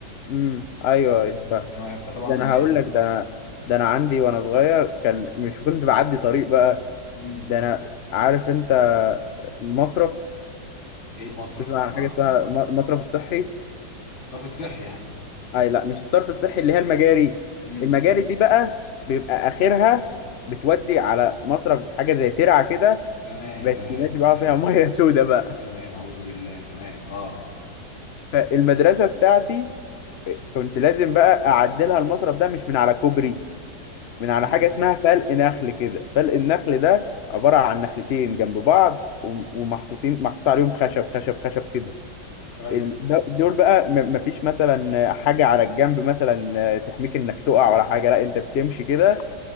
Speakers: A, on the left; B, on the left.
A: امم ايوه
B: فاهمني؟
A: ايوه فاهم
B: ف- فطبعا
A: ده انا
B: يعني
A: هقول لك ده انا ده انا عندي وانا صغير كان مش كنت بعدي طريق بقى
B: امم
A: ده انا عارف انت المصرف
B: ايه المصرف
A: تسمع
B: ده
A: عن
B: ما
A: حاجه
B: اعرفش
A: اسمها م- المصرف الصحي
B: الصرف الصحي يعني
A: اي لا مش الصرف الصحي اللي هي المجاري
B: امم
A: المجاري دي بقى بيبقى اخرها بتودي على مصرف حاجه زي ترعه كده
B: تمام
A: بقت
B: تمام
A: ماشي بقى
B: تمام
A: فيها <laughs> ميه سودا بقى
B: تمام اعوذ بالله تمام اه
A: فالمدرسه بتاعتي كنت لازم بقى اعدلها المصرف ده مش من على كوبري من على
B: امم
A: حاجة اسمها فلق نخل كده فلق النخل ده عبارة عن نخلتين جنب بعض و- ومحطوطين محطوط عليهم خشب خشب خشب كده
B: ايوه
A: ال- ده- دول بقى م- مفيش مثلا حاجة على الجنب مثلا تحميك انك تقع ولا حاجة لا انت بتمشي كده